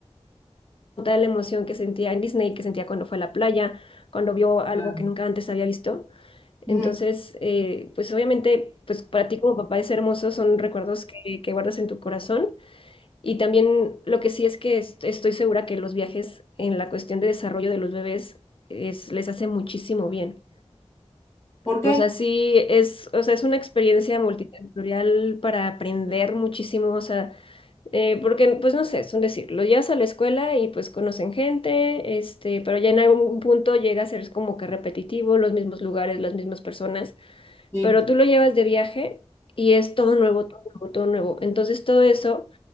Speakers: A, on the left (about 55°); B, on the left (about 25°).
A: toda la emoción que sentía en Disney, que sentía cuando fue a la playa, cuando vio algo
B: claro,
A: que nunca antes había visto. Entonces,
B: Ujú.
A: eh, pues obviamente, pues para ti como papá es hermoso, son recuerdos que, que guardas en tu corazón. Y también lo que sí es que est- estoy segura que los viajes en la cuestión de desarrollo de los bebés es, les hace muchísimo bien.
B: ¿Por qué?
A: O sea, sí es, o sea, es una experiencia multisensorial para aprender muchísimo, o sea, eh, porque, pues no sé, es un decir, lo llevas a la escuela y pues conocen gente, este, pero ya en algún punto llega a ser como que repetitivo, los mismos lugares, las mismas personas,
B: sí,
A: pero tú lo llevas de viaje y es todo nuevo, todo nuevo, todo nuevo. Entonces todo eso,